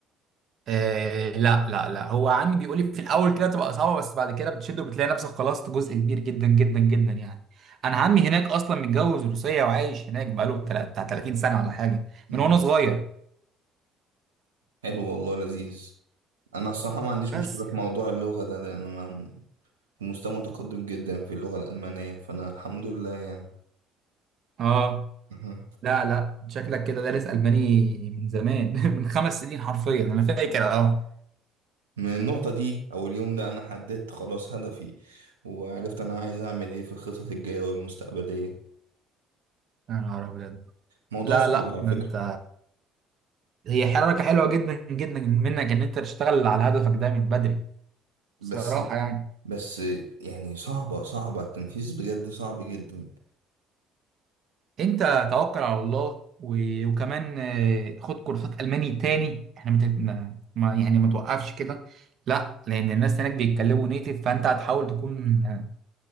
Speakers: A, on the right; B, on the right.
A: آه لا لا لا هو عمي بيقول لي في الاول كده بتبقى صعبه بس بعد كده بتشد وبتلاقي نفسك خلصت جزء كبير جدا جدا جدا يعني انا عمي هناك اصلا متجوز روسيه وعايش هناك بقاله تلا- بتاع 30 سنه ولا حاجه
B: مهم.
A: من وانا صغير
B: حلو والله لذيذ انا الصراحه ما عنديش
A: بس
B: مشكله
A: يعني
B: في موضوع اللغه ده لان انا م- في مستوى متقدم جدا في اللغه الالمانيه فانا الحمد لله يعني
A: اه
B: أها.
A: لا لا شكلك كده دارس الماني من زمان <laughs> من خمس سنين حرفيا انا فاكر اه
B: من النقطه دي او اليوم ده انا حددت خلاص هدفي وعرفت انا عايز اعمل ايه في الخطط الجايه والمستقبليه
A: يا نهار ابيض
B: موضوع
A: لا
B: صعب
A: لا
B: على
A: ده
B: فكره
A: انت هي حركه حلوه جدا جدا منك ان انت تشتغل على هدفك ده من بدري
B: بس
A: بصراحه يعني
B: بس يعني صعبه صعبه التنفيذ بجد صعب جدا
A: انت توكل على الله و... وكمان آه، خد كورسات الماني تاني احنا مت... ما... ما- يعني ما توقفش كده لا لان الناس هناك بيتكلموا نيتف فانت هتحاول تكون آه،